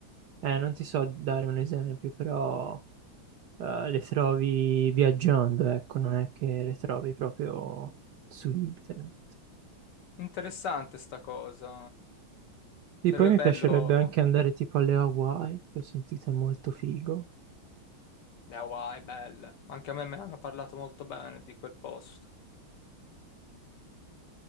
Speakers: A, on the right; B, on the left.
A: Eh, non ti so dare un esempio, però eh, le trovi viaggiando, ecco, non è che le trovi proprio su internet.
B: Interessante sta cosa.
A: Sì,
B: Sarebbe
A: poi mi
B: bello
A: piacerebbe anche andare tipo alle Hawaii, che ho sentito è molto figo.
B: le Hawaii, belle. Anche a me me ne hanno parlato molto bene di quel posto.